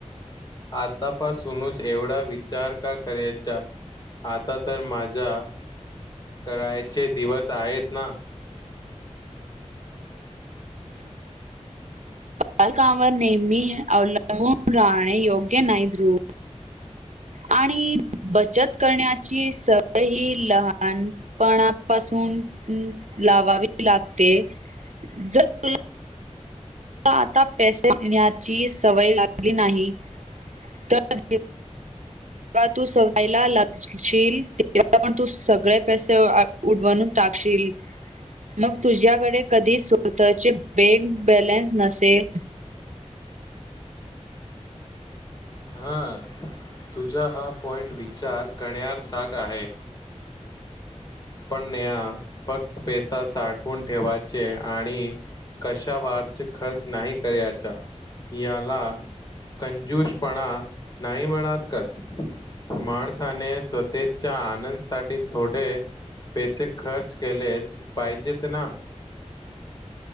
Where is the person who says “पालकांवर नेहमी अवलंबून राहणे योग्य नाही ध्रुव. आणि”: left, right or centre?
Right